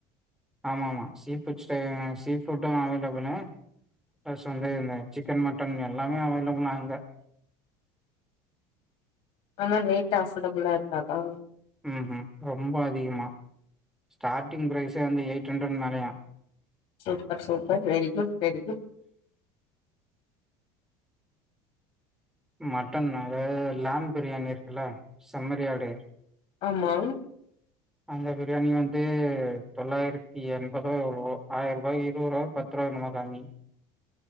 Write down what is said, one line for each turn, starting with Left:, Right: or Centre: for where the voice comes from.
Centre: ஆமா ஆமா சீ ஃபுட் ஸ்டைல நா சீ ஃபுட் அவைலெபுலு ஃபஸ்ட் வந்து இந்த சிக்கன் மட்டன் எல்லாமே அவைலபுள் அங்க <inaudible>
Left: ஆனா ரேட்டு அஃபடபளா இருக்காதா
Centre: ம் ம் ரொம்ப அதிகமா ஸ்டார்டிங் ப்ரைஸே வந்து எயிட்ஹண்ரட் மேலையா
Left: super super very good very good
Centre: mutton அதாவது லேம் பிரியாணி இருக்குல்ல செம்மரியாடு
Left: மா
Centre: அந்த பிரியாணி வந்து தொள்ளாயிரத்தி எண்பதோ எவ்ளவோ ஆயிரரூபாய்க்கி இருவது ரூவா பத்து ரூவா நொமா காம்மி